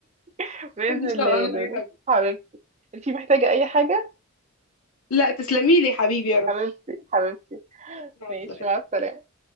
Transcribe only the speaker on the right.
<laughs> باذن
الله
يا
لولو
حبيبتي انتي محتاجه اي حاجه
حبيبتي حبيبتي
ماشي
مع السلامة